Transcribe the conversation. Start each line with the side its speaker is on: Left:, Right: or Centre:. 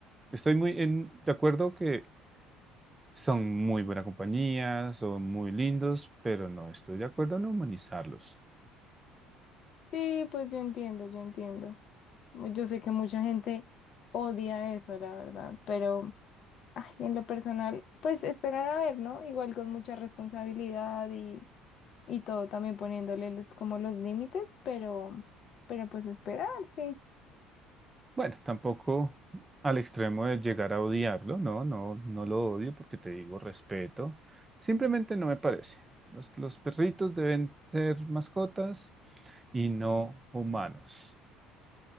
Right: Estoy muy en- de acuerdo que Son muy buena compañía, son muy lindos, pero no estoy de acuerdo en humanizarlos.
Left: Sí, pues yo entiendo, yo entiendo. Yo sé que mucha gente odia eso, la verdad, pero ay, en lo personal, pues esperar a ver, ¿no? Igual con mucha responsabilidad y, y todo, también poniéndole los, como los límites, pero, pero pues esperar, sí.
Right: Bueno, tampoco al extremo de llegar a odiarlo, no, no, no lo odio porque te digo respeto. Simplemente no me parece. Los, los perritos deben ser mascotas y no humanos.